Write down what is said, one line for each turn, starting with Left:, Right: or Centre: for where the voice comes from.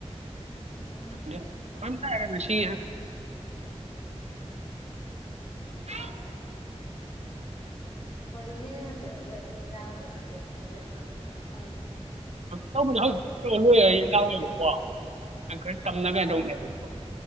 Left: ꯑꯥ
Right: ꯅꯦ
Left: ꯃꯣꯏꯅ
Right: ꯐꯖꯅ ꯇꯥꯏ ꯍꯥꯏꯕꯁꯤ ꯁꯤ
Left: ꯍꯣꯏ
Right: <inaudible>
Left: ꯌꯦꯡꯉꯁꯦ ꯑꯗꯨ ꯌꯥꯕ꯭ꯔ ꯌꯥꯗꯕ꯭ꯔ ꯍꯧꯔꯦꯟ ꯑꯥ
Right: ꯇꯧꯕꯗꯤ ꯍꯧꯖꯤꯛ ꯇꯧꯔ ꯂꯣꯏꯔꯒ ꯂꯥꯎꯋꯦꯕꯀꯣ ꯈꯔ ꯇꯝꯅ ꯀꯩꯅꯣ
Left: <inaudible> ꯑꯧ
Right: ꯇꯧꯅꯦꯕꯀꯣ
Left: <inaudible> <unintelligible>